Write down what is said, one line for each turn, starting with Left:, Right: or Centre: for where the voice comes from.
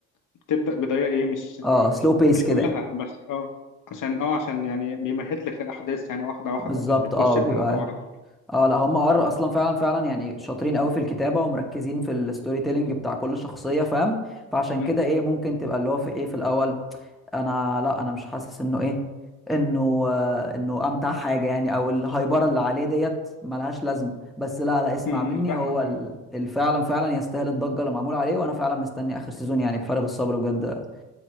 Left: بتبدا بدايه ايه مش
Centre: اه سلو بيس
Left: مش
Centre: كده
Left: كلها
Centre: يعني
Left: بس اه عشان اه عشان يعني بيمهد لك للاحداث يعني واحده واحده
Centre: بالظبط
Left: مش بيخش
Centre: اه بيبقى
Left: في الموضوع على طول
Centre: اه لا هم ار اصلا فعلا فعلا يعني شاطرين قوي في الكتابه ومركزين في الستوري تيلينج بتاع كل شخصيه فاهم فعشان
Left: مم.
Centre: كده ايه ممكن تبقى اللي هو في ايه في الاول انا لا انا مش حاسس انه ايه انه آه، انه امتع حاجه يعني او الهايبره اللي عليه ديت ملهاش لازمه بس لا لا اسمع
Left: مم.
Centre: مني
Left: فاهمك
Centre: هو ال-
Left: فاهمك
Centre: ال- فعلا فعلا يستاهل الضجه اللي معمول عليه وانا فعلا مستني اخر سيزون يعني بفارغ الصبر بجد